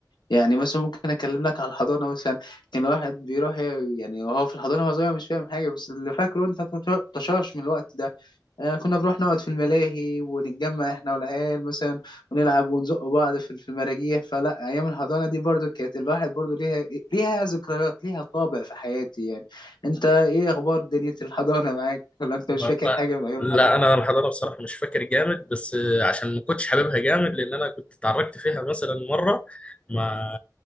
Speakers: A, on the left; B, on the left.
A: يعني مثلا ممكن أكلم لك على الحضانة مثلا كان الواحد بيروح يعني وهو في الحضانة هو صغير مش فاهم حاجة بس اللي فاكره أنت تشاش من الوقت ده آه، كنا بنروح نقعد في الملاهي ونتجمع احنا والعيال مثلا ونلعب ونزق بعض في في المراجيح فلا ايام الحضانه دي برضو كانت الواحد برضو ليها ليها ذكريات ليها طابع في حياتي يعني انت ايه اخبار دنيا الحضانه معاك ولا انت
B: والله
A: مش فاكر حاجه من ايام
B: لا
A: الحضانه
B: انا الحضاره بصراحه مش فاكر جامد بس عشان ما كنتش حاببها جامد لان انا كنت اتعرضت فيها مثلا مره مع